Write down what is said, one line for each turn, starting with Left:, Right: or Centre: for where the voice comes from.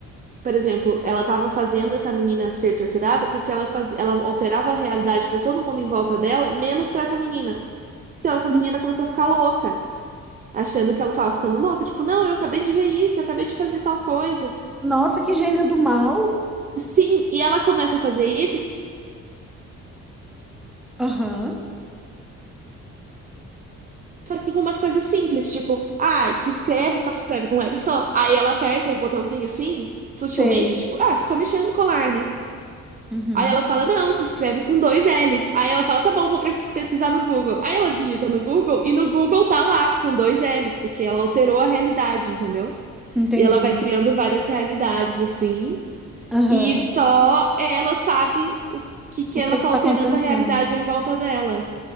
Right: Por exemplo, ela estava fazendo essa menina ser torturada porque ela, faz... ela alterava a realidade para todo mundo em volta dela, menos para essa menina. Então essa
Centre: Hum.
Right: menina começou a ficar louca achando que ela tava ficando louca, tipo, não, eu acabei de ver isso, eu acabei de fazer tal coisa.
Centre: Nossa, que gênio do mal.
Right: E sim, e ela começa a fazer isso,
Centre: Aham.
Right: só que com umas coisas simples, tipo, ah, se inscreve, se inscreve com L só. Aí ela aperta o botãozinho assim, sutilmente,
Centre: Sei.
Right: tipo, ah, ficou mexendo no colar, né?
Centre: Uhum.
Right: Aí ela fala, não, se escreve com dois L's. Aí ela fala, tá bom, vou pres- pesquisar no Google. Aí ela digita no Google e no Google tá lá, com dois L's, porque ela alterou a realidade, entendeu?
Centre: Entendi.
Right: E ela vai criando várias realidades, assim.
Centre: Aham.
Right: E só ela sabe o que que
Centre: O
Right: ela
Centre: que é
Right: tá
Centre: que tá
Right: alterando
Centre: acontecendo?
Right: a realidade em volta dela.